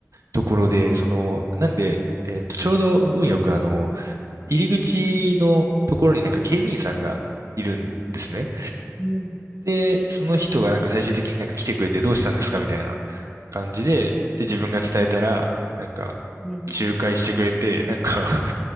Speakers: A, on the right; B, in the centre.
A: ところで、その、なんで、えっと、ちょうど運よくあの、入り口のところになんか警備員さんがいるんですね。
B: うん
A: で、その人がなんか最終的になんか来てくれてどうしたんですかみたいな感じで、で、自分が伝えたら、
B: あ
A: なんか、
B: うん
A: 仲介してくれて、なんか <laughs>